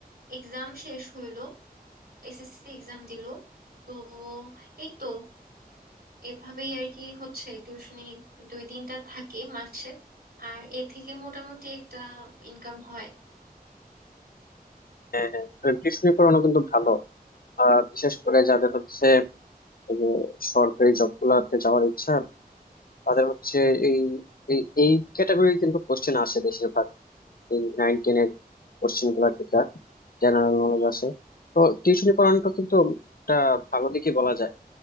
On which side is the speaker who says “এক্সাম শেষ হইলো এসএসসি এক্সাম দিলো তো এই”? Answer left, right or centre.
Right